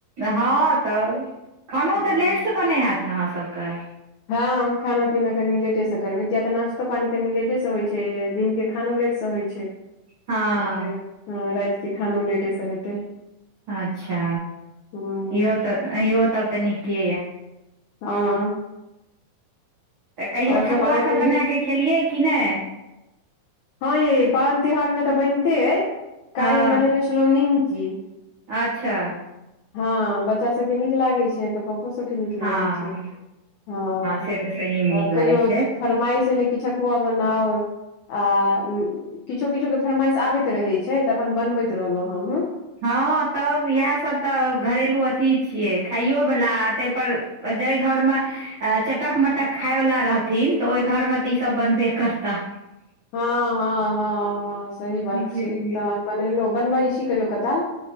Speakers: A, on the right; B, on the left.
A: हँ तऽ खानो
B: हूँ
A: तऽ लेटसँ बनैत हैत ने अहाँ सबके।
B: हँ खाना पीना कनि लेटे से करबै किया तऽ नाश्ता नाश्तो पानी कनि लेटे से होइ छै, दिन के खानो लेट से होइ छै। तऽ
A: हँ
B: फेर रातिकेँ खानो लेटेसँ हेतै।
A: अच्छा,
B: हूँ
A: इहो तऽ इहो तऽ नीके।
B: हँ।
A: तऽ कहियो
B: और
A: ठकुआ
B: अहाँ
A: सब
B: कहियौ
A: बना कऽ खेलियै कि नै।
B: हँ यै पाबनि तिहार मे तऽ बैनते ऐ
A: हँ
B: काल्हि हम बनेने छलहु निमकी,
A: अच्छा
B: हँ बच्चा सब के नीक लागे छै एकर पपो सब के नीक
A: हँ
B: लागे छै। हँ
A: से तऽ सहीमे नीक
B: कहियो
A: लागै छै
B: फरमाइस एलै कि ठकुआ बनाऊ आ किछो किछो के फरमाइश आबैत रहै छै तऽ अपन बनबैत रहलहुँ हमहु।
A: हँ तब इएह सब तऽ घरेलू अथि छियै, खाइयोवला ताहि पर जाहि घरमे चटक मटक खायवला रहथिन तऽ ओहि घरमे तऽ ईसभ बनबे करताह। <inaudible>
B: हँ हँ हँ हँ सही बात
A: जी
B: छै तऽ बनेलहु बनबै छी कहियो काल